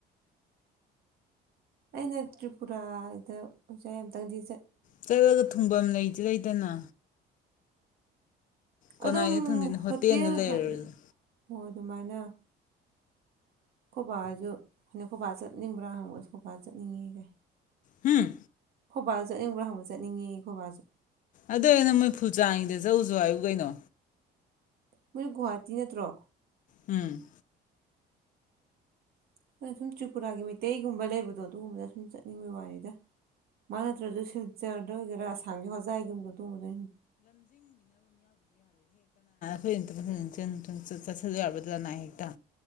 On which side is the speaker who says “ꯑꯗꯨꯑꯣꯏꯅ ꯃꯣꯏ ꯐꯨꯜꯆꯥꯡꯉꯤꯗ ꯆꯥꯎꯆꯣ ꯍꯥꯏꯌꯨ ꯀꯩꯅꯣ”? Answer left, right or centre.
Left